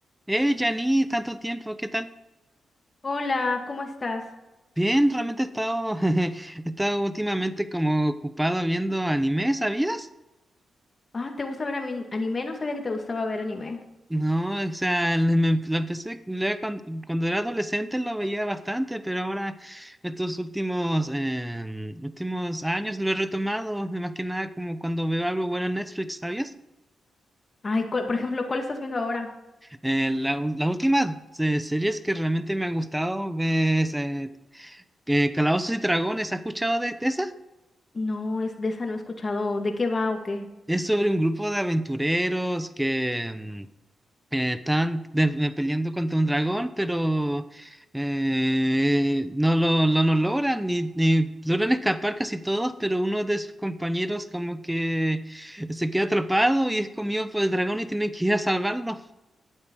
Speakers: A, in the centre; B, on the left.
A: Hey, Jani, tanto tiempo, ¿qué tal?
B: Hola, ¿cómo estás?
A: Bien, realmente he estado, <laughs> he estado últimamente como ocupado viendo anime, ¿sabías?
B: Ah, ¿te gusta ver ami- anime? No sabía que te gustaba ver anime.
A: No, o sea, le- me- lo empecé, le- cuando, cuando era adolescente lo veía bastante, pero ahora estos últimos, eh, últimos años lo he retomado, más que nada como cuando veo algo bueno en Netflix, ¿sabías?
B: Ay, ¿cuál- por ejemplo, ¿cuál estás viendo ahora?
A: Eh, la, ul- la última eh, series que realmente me ha gustado es eh, eh, Calabozos y Dragones, ¿has escuchado de, de esa?
B: No, es de esa no he escuchado. ¿De qué va o qué?
A: Es sobre un grupo de aventureros que mm, eh, están de- eh, peleando contra un dragón, pero eh, no lo, lo- no logran, ni, ni logran escapar casi todos, pero uno de sus compañeros como que se queda atrapado y es comido por el dragón y tienen que ir a salvarlo.